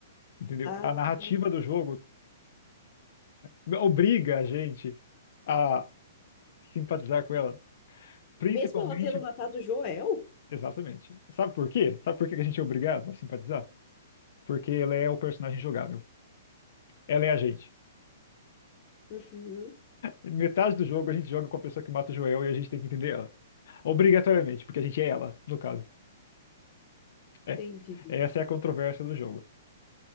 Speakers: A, on the left; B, on the left.
A: entendeu?
B: Ah,
A: A narrativa do jogo eh, obriga a gente a simpatizar com ela, principalmente,
B: mesmo ela tendo matado o Joel?
A: exatamente. Sabe por quê? Sabe por que que a gente é obrigado a simpatizar? Porque ela é o personagem jogável. Ela é a gente.
B: Uhum.
A: Metade do jogo a gente joga com a pessoa que mata o Joel e a gente tem que entender ela. Obrigatoriamente, porque a gente é ela, no caso. É.
B: Entendi,
A: Essa é a controvérsia do jogo.